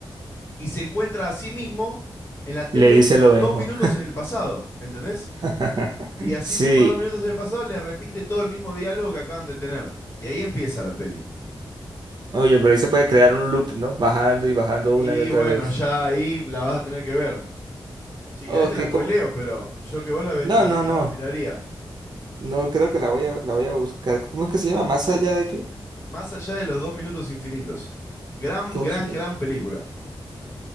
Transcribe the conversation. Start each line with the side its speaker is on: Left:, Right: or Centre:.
Left: y se encuentra a sí mismo en la tele
Right: le dice lo
Left: dos
Right: mismo.
Left: minutos en el pasado, ¿entendés?
Right: <laughs>
Left: Y a sí mismo dos
Right: Sí.
Left: minutos en el pasado le repite todo el mismo diálogo que acaban de tener. Y ahí empieza la peli.
Right: Oye, pero ahí se puede crear un loop, ¿no? Bajando y bajando
Left: Y
Right: una y otra
Left: bueno,
Right: vez.
Left: ya ahí la vas a tener que ver. Si
Right: Ok,
Left: querés te la spoileo,
Right: ¿cómo?
Left: pero yo que vos la, ve-
Right: No,
Left: la-
Right: no,
Left: la
Right: no.
Left: miraría.
Right: No creo que la voy a, la voy a buscar. ¿Cómo es que se llama? ¿Más allá de qué?
Left: Más allá de los dos minutos infinitos. Gran,
Right: Dos
Left: gran,
Right: mil.
Left: gran película.